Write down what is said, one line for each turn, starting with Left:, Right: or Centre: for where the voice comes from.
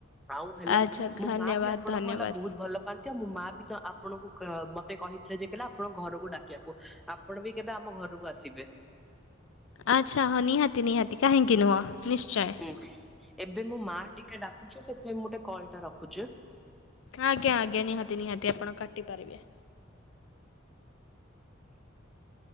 Centre: ଆଉ ହେଲା
Left: ଆଚ୍ଛା
Centre: ମୋ
Left: ଧନ୍ୟବାଦ
Centre: ମା ବି ଆପଣଙ୍କୁ
Left: ଧନ୍ୟବାଦ
Centre: ହେଲା ବହୁତ୍ ଭଲ ପାଆନ୍ତା। ମୋ ମା ବି ତ ଆପଣଙ୍କୁ କ ମତେ କହିଥିଲେ ଯେ ଥିଲା ଆପଣ ଘରକୁ ଡାକିଆକୁ ଆପଣ ବି କେବେ ଆମ ଘ ରୁକୁ ଆସିବେ।
Left: ଆଚ୍ଛା ହ ନିହାତି ନିହାତି କାହିଁକି ନୁହଁ ନିଶ୍ଚଏ।
Centre: ହୁଁ ଏବେ ମୋ ମା ଟିକେ ଡାକୁଛି ସେଥିପାଇଁ ମୁଁ ଟେ କଲ ଟା ରଖୁଚି।
Left: ଆଜ୍ଞା ଆଜ୍ଞା ନିହାତି ନିହାତି ଆପଣ କାଟି ପାରିବେ।
Centre: <inaudible>